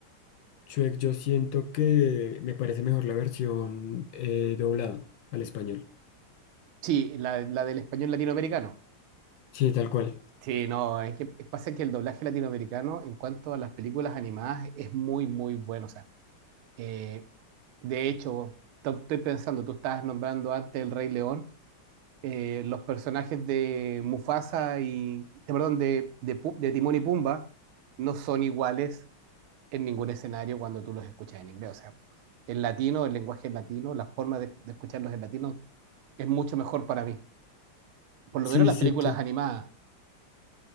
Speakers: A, on the left; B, on the right.
A: Shrek, yo siento que me parece mejor la versión eh, doblada al español.
B: Sí, la, la del español latinoamericano.
A: Sí, tal cual.
B: Sí, no, es que pasa que el doblaje latinoamericano en cuanto a las películas animadas es muy, muy bueno. O sea, eh, de hecho, to- estoy pensando, tú estabas nombrando antes El Rey León, eh, los personajes de Mufasa y, de- perdón, de, de, Pu- de Timón y Pumba no son iguales en ningún escenario cuando tú los escuchas en inglés. O sea, el latino, el lenguaje latino, la forma de, de escucharlos en latino es mucho mejor para mí. Por lo
A: Sí,
B: menos las
A: siento,
B: películas animadas.